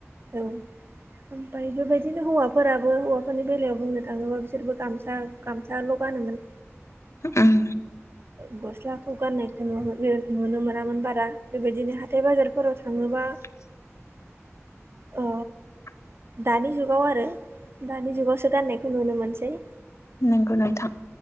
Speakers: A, on the right; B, on the left.
A: औ ओमफ्राय बेबायदिनो हौवाफोराबो हौवाफोरनि बेलायाव बुंनो थाङोब्ला बिसोरबो गामसा गामसाल' गानोमोन
B: उम
A: गस्लाखौ गाननायखौ नुवामोन ओ नुनो मोनामोन बारा बेबायदिनो हाथाय बाजारफोराव थाङोबा
B: <inaudible>
A: ओ दानि जुगाव आरो दानि जुगावसो गाननायखौ नुनो मोनसै
B: नोंगौ नोंथां